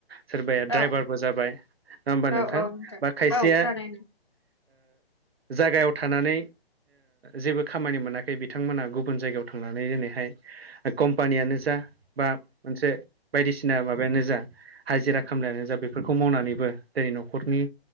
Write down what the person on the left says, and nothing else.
औ
औ
औ
औ थारैनो